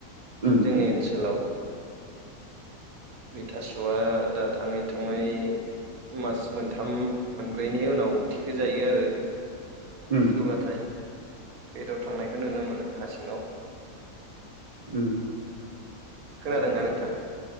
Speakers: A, on the right; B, on the right.
A: उम
B: जोंनि ओनसोलाव बेै थास'आ दा थाङै थुङै मास मोनथाम मोनब्रैनि उनाव थिखो जायो आरो।
A: उम
B: होबाथाय बेदर थांनायखौ नुनो मोनो हा सिङाव।
A: उम
B: खोनादों नोंथा?